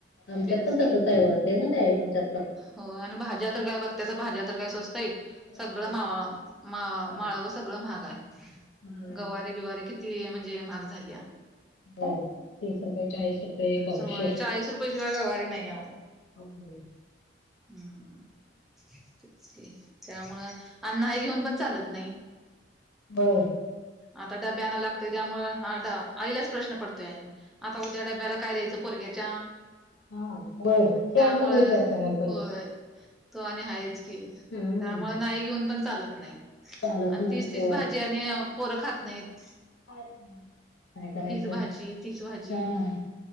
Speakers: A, on the left (about 80°); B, in the centre.
A: आमच्यात
B: तेच
A: पण
B: की
A: तसच आहे बघा सेमच आहे आमच्यात पण
B: हो आणि भाज्या तर काय बघ त्याच भाज्या तर काय स्वस्तय
A: स्वस्त
B: सगळं
A: आहेत
B: मा
A: काय
B: मा
A: महाग
B: माळ
A: आहे
B: सगळं महाग आहे
A: महाग आहे
B: गवारीे बिवारी किती म्हणजे महाग झाली
A: हो तीस रुपये चाळीस रुपये पावशेर
B: सय चाळीस रुपये शिवाय गवारी नाही आहे
A: हो
B: हम् तेच क त्यामुळं अण्णा हे घेऊन पण चालत नाही
A: हो
B: आता डब्याना लागतय त्यामुळे हा ड आईलाच प्रश्न पडतोय आणि आता उद्या डब्याला काय द्यायचं पोरग्याच्या
A: हा हो
B: त्यामुळं
A: तेसग विचार कराल
B: होय तो आणि आहेाच की
A: हम्म
B: त्यामुं नाही घेऊन पण चालत नाही
A: चालत
B: आणि
A: नाही
B: तीच तीच
A: होय
B: भाजी आणि पोरं खात नाहीत
A: कायच नाही काय करायचं
B: हीच भाजी तीच भाजी
A: हा